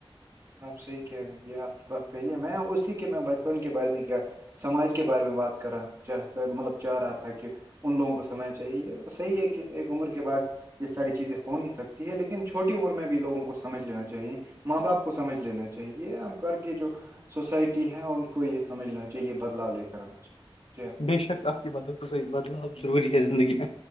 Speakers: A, on the right (about 30°); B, on the left (about 80°).
A: آپ صحیح کہہ رہے ہیں یہ آپ کی بات صحیح ہے میں اسی کے میں بچپن کے بارے میں کیا سماج کے بارے میں بات کرا چاہتا مطلب چاہ رہا تھا کہ ان لوگوں کو سمجھنا چاہیے صحیح ہے کہ ایک عمر کے بعد یہ ساری چیزیں ہو نہیں سکتی ہے لیکن چھوٹی عمر میں بھی لوگوں کو سمجھ لینا چاہیے ماں باپ کو کو سمجھ لینا چاہیے کر کے جو سوسائٹی ہے ان کو یہ سمجھنا چاہیے یہ بدلاؤ لے کر آنا چاہیے جی ہاں
B: بے شک آپ کی بدل گز یہ بدلاؤ ضروری ہے زندگی میں